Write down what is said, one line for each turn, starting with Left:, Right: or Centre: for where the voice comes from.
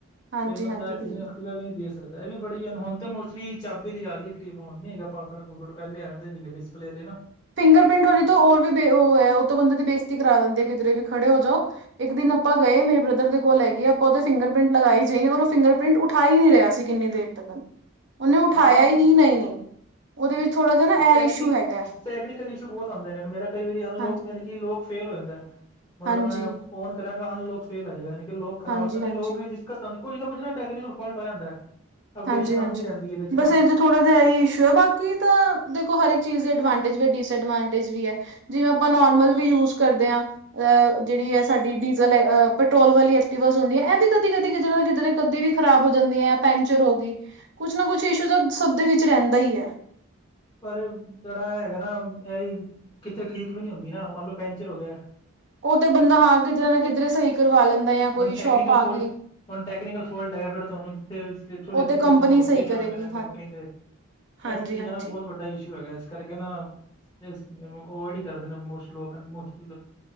Right: ਹਾਂਜੀ
Left: ਇਹ ਬੰਦਾ
Right: ਹਾਂਜੀ ਬਿਲਕੁਲ
Left: ਕਿਸੇ ਨੂੰ ਐਕਟਿਵਾ ਵੀ ਨਹੀਂ ਦੇ ਸਕਦਾ। ਸਕਦਾ। ਇਹ ਵੀ ਬੜੀ ਅਨ ਹੁਨ ਤੇ ਮੋਸਟਲੀ ਚਾਬੀ ਆਲੀ ਆ ਗਈ ਐਕਟਿਵਾ ਹੁਣ ਨੀ ਹੈਗਾ ਪਾਸਵਰਡ ਪੋਸਵਰਡ ਪਹਿਲੇ ਆ ਜਾਂਦਾ ਸੀ। ਤੇ ਡਿਸਪਲੇ ਨੇ ਨਾ
Right: ਫਿੰਗਰਪ੍ਰਿੰਟ ਵਾਲੀ ਤਾਂ ਔਰ ਵੀ ਬੇ ਉਹ ਐ ਉਹ ਤਾਂ ਬੰਦੇ ਦੀ ਬੇਜਤੀ ਕਰਾ ਦਿੰਦੀ ਕਿਧਰੇ ਵੀ ਖੜੇ ਹੋ ਜਾਓ। ਇੱਕ ਦਿਨ ਆਪਾਂ ਗਏ ਮੇਰੇ ਬ੍ਰਦਰ ਦੇ ਕੋਲ ਹੈਗੀ ਏ ਆਪਾਂ ਉਹਦੇ ਫਿੰਗਰ ਪ੍ਰਿੰਟ ਲਗਾਈ ਜਾਈਏ ਔਰ ਉਹ ਫਿੰਗਰ ਪ੍ਰਿੰਟ ਉਠਾ ਈ ਨਈਂ ਰਿਹਾ ਸੀ। ਕਿੰਨੀ ਦੇਰ ਤੱਕ। ਉਹਨੇ ਉਠਾਇਆ
Left: ਹਾਂ
Right: ਹੀ ਨਈਂ-ਨਈਂ। ਉਹਦੇ ਵਿੱਚ ਥੋੜਾ ਜਾ ਨਾ ਐ
Left: ਟੈਕਨੀ
Right: ਇਸ਼ੂ ਹੈਗਾ।
Left: ਟੈਕਨੀਕਲ ਇਸ਼ੂ ਬਹੁਤ ਆਉਂਦੇ ਨੇ ਮੇਰਾ ਕਈ ਵਾਰੀ ਅਨਲੋਕ
Right: ਹਾਂਜੀ।
Left: ਯਾਨੀ ਕਿ ਲੋਕ ਫੇਲ ਹੋ ਜਾਂਦਾ, ਮਤਲਬ
Right: ਹਾਂਜੀ,
Left: ਮੈਂ ਔਨ ਕਰਾਂਗਾ, ਅਨਲੋਕ ਫੇਲ ਆ ਜਾਏਗਾ ਯਾਨੀ ਕਿ ਲੋਕ ਖਰਾਬ
Right: ਹਾਂਜੀ,
Left: ਹੈ ਨਈਂ
Right: ਹਾਂਜੀ।
Left: ਲੋਕ ਦਿ <unintelligible> ਕੁੱਛ ਨਾ ਕੁੱਛ ਨਾ ਟੈਕਨੀਕਲ ਫੋਲਟ ਹੋ ਜਾਂਦਾ ਅਪਡੇਸ਼ਨ
Right: ਹਾਂਜੀ-ਹਾਂਜੀ।
Left: ਆਉਂਦੀ ਰਹਿੰਦੀ ਹੈ ਇਹਦੇ ਚ
Right: ਬਸ
Left: ਨਾ।
Right: ਇਹ ਥੋੜਾ ਜਿਹਾ ਇਹ ਈ ਇਸ਼ੂ ਹੈ ਬਾਕੀ ਤਾਂ ਦੇਖੋ ਹਰ ਇੱਕ ਚੀਜ਼ ਦੀ ਐਡਵਾਂਟੇਜ ਵੀ ਐ ਡਿਸਡਵਾਂਟੇਜ ਵੀ ਹੈ। ਜਿਵੇਂ ਆਪਾਂ ਨੋਰਮਲ ਵੀ ਯੂਜ ਕਰਦੇ ਹਾਂ। ਅਹ ਜਿਹੜੀ ਹੈ ਸਾਡੀ ਡੀਜ਼ਲ ਏ ਪੈਟਰੋਲ ਵਾਲੀ ਐਕਟੀਵਾਜ ਹੁੰਦੀ ਆ ਇਹ ਵੀ ਕਦੀ-ਕਦੀ ਕਿ ਕਿਧਰੇ ਕਦੀ ਵੀ ਖ਼ਰਾਬ ਹੋ ਜਾਂਦੀ ਹੈ ਪੈਂਚਰ ਹੋ ਗਈ, ਕੁੱਛ ਨਾ ਕੁਛ ਇਸ਼ੂ ਤਾਂ ਸਭ ਦੇ ਵਿੱਚ ਰਹਿੰਦਾ ਹੀ ਹੈ।
Left: ਪਰ ਜਿਹੜਾ ਹੈਗਾ ਨਾ ਇਹ ਕਿੱਥੇ ਠੀਕ ਵੀ ਨੀ ਹੁੰਦੀ ਨਾ ਮੰਨ ਲੋ ਪੈਂਚਰ ਹੋ ਗਿਆ।
Right: ਉਹ ਤੇ ਬੰਦਾ ਹਾਂ ਕਿਧਰੇ ਨਾ ਕਿਧਰੇ ਸਹੀ ਕਰਵਾ ਲੈਂਦਾ ਜਾਂ ਕੋਈ
Left: ਹੁਣ
Right: ਸ਼ੋਪ
Left: ਟੈਕਨੀਕਲ
Right: ਆ
Left: ਫੋਲਟ
Right: ਗਈ।
Left: ਹੁਣ ਟੈਕਨੀਕਲ ਫੋਲਟ ਹੈਗਾ ਫਿਰ ਤੁਹਾਨੂੰ ਜਿੱਥੇ ਜਥੋਂ
Right: ਉਹ
Left: ਲੇ
Right: ਤੇ ਕੰਪਨੀ
Left: ਤੁਸੀਂ ਤੁਹਾਨੂੰ ਉੱਥੇ
Right: ਸਹੀ
Left: ਹੀ ਜਾਣਾ
Right: ਕਰੇਗੀ
Left: ਪੈਣਾ ਕੰਪਨੀ ਤੇ।
Right: ਹਾਂਜੀ। ਹਾਂਜੀ-ਹਾਂਜੀ।
Left: ਇਹਦਾ ਨਾ ਬਹੁਤ ਵੱਡਾ ਇਸ਼ੂ ਹੈਗਾ ਇਸ ਕਰਕੇ ਨਾ, ਇਸ ਚੀਜ਼ ਨੂੰ ਓਵਾਇਡ ਹੀ ਕਰਦੇ ਨੇ ਮੋਸਟ ਲੋਕ <unintelligible>